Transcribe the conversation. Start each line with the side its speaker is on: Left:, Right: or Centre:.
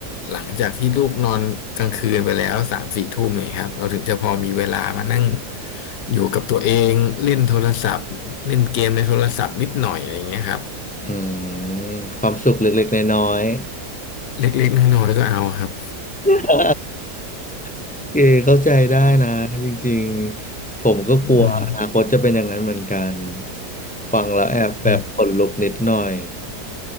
Left: หลังจากที่ลูกนอนกลางคืนไปแล้วสามสี่ทุ่มเนี่ยครับเราถึงจะพอมีเวลามานั่งอยู่กับตัวเองเล่นโทรศัพท์เล่นเกมในโทรศัพท์นิดหน่อยอะไรอย่างเงี้ยครับ
Centre: อืมความสุขเล็กๆน้อย
Left: เล็กๆน้อยๆก็เอาครับ
Centre: ๆ <laughs> เออเข้าใจได้นะจริงๆผมก็กลัวอนาคตจะเป็นอย่างนั้นเหมือนกัน
Left: <laughs> อืม
Centre: ฟังแล้วแอบแบบขนลุกนิดหน่อย
Left: อืม